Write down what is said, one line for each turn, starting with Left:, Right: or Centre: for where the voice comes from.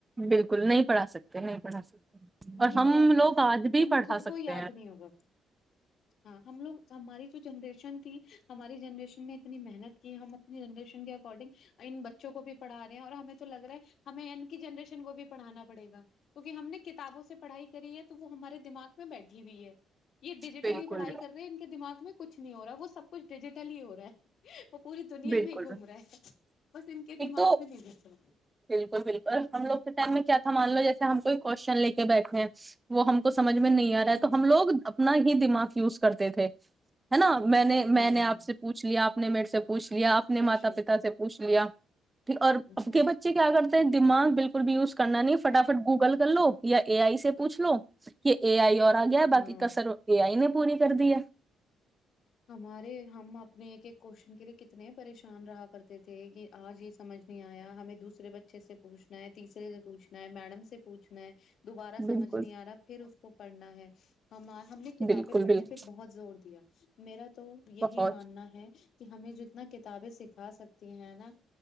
Right: بالکل نہیں پڑھا سکتے نہیں پڑھا سکتے
Left: نہیں
Right: اور ہم
Left: پڑھا سکتے
Right: لوگ آج بھی
Left: انہیں
Right: پڑھا
Left: خود
Right: سکتے
Left: کو یاد
Right: ہیں
Left: نہیں ہوگا ہاں ہم لوگ ہماری جو جنریشن تھی ہماری جنریشن میں اتنی محنت کی ہم اپنی جنریشن کے اگر اارڈنگ ان بچوں کو بھی پڑھا رہے ہیں اور ہمیں تو لگ رہا ہے ہمیں انڈ کی جنریشن کو بھی پڑھانا پڑے گا کیہ ہم نے کت کتابوں سے پڑھائی کری ہے تو وہ ہمارے دماغ میں بیٹھی ہوئی ہے یہ ڈیجیٹلی
Right: بالکل
Left: پڑھائی کرے ان کے دماغ میں کچھ نہیں ہو رہا ہے وہ سب کچھ ڈیجیٹل ہی ہو رہا ہے وہ پوری دنیا
Right: بالکل
Left: میں ہی گھوم
Right: بکل
Left: رہا ہے بس ان کے
Right: ایک
Left: دماغ
Right: تو
Left: میں نہیں گھس رہا
Right: بالکل بالکل ہم لوگ کے ٹائم میں کیا تھا مان لو جیسے ہم کوئی کوشنے کے بیٹھے ہیں وہ ہم کو سمجھ میں نہیں آ رہا ہے
Left: ہوں
Right: تو ہم لوگب اپنا ہی دماغ یوز کرتے تھے نا میں نے
Left: ہاں
Right: میں نے آپ سے پوچھ لیا آپ نہیں مٹ سے پوچھ لیا اپنے
Left: بے
Right: ماتا
Left: شک
Right: پتا سے پوچھ لیا اور
Left: ہ
Right: ا
Left: ہ
Right: کے بچے کیا کرتے دماغ بالکل بھی یوز کرنا نہیں فٹافٹ گوگل کر لو یا اے آئی سے پوھ لو یہ اے آئی اور آ گیا باقی
Left: ہاں
Right: کسر اے آئی نے پوری کر دی ہے
Left: ہمارے ہم اپنے ایک ایک کوشچن کے لیے کتنے پریشان رہا کرتے تھے کہ آج یہ سمجھ نہیں آیا ہمیں دوسرے بچے سے پوچھنا ہے تیسرے سے پوچھنا ہے میڈم سے پوچنا ہے دوبارہ سمجھ
Right: بالکل
Left: نہیں آ رہا پھر اس کو پڑھنا ہے جچ ہم ہم نے کتابیں
Right: بالکل
Left: پڑھنے
Right: بالکل
Left: پہ بہت زور دیا میرا تو یہی
Right: بہت
Left: ماننا ہے کہ ہمیں جتنا کتابیں سکھا سکتی ہیں نا